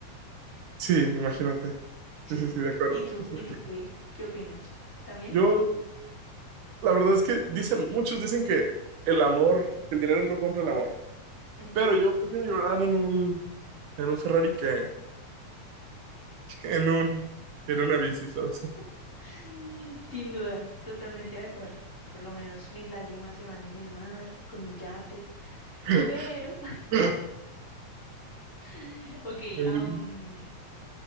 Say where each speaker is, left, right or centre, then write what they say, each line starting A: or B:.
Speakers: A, on the right; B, on the left.
A: sí, imagínate. Sí,
B: Sí.
A: sí, sí, de acuerdo.
B: ¿Y tú?
A: Estoy
B: ¿Y
A: de
B: tú
A: acuerdo.
B: qué? ¿Qué opinas? ¿También?
A: Yo, la verdad es que dicen, muchos dicen que el amor, que el dinero no compra el amor.
B: Ujú.
A: Pero yo prefiero llorar en un, en un Ferrari que en un, en una bici, ¿sabes?
B: <laughs> Sin duda, totalmente de acuerdo. Por lo menos mis lágrimas se van en el mar, con mi yate.
A: <laughs>
B: Pero,
A: Sí.
B: <laughs> ok,
A: En
B: am,
A: bici.